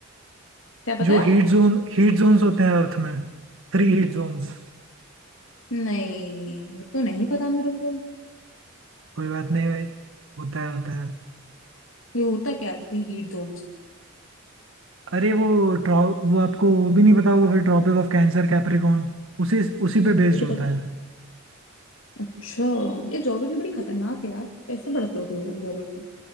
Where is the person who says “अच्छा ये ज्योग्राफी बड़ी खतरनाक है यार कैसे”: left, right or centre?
Left